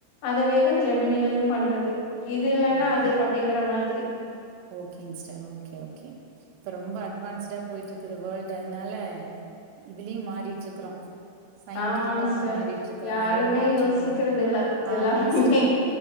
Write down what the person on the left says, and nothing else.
அதவேதா ஜெமீனிலயு பண்றது இது இல்லன்னா
அது அப்டிங்கற மாதிரி
ஆமா சிஸ்டர்
யாருமே
யோசிக்கிறது இல்ல
எல்லாருமே